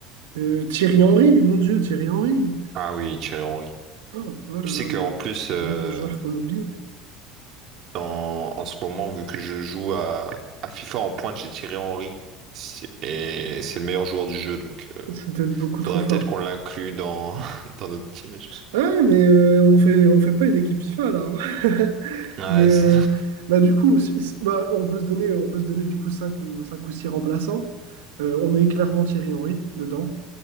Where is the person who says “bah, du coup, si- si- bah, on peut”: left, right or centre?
Right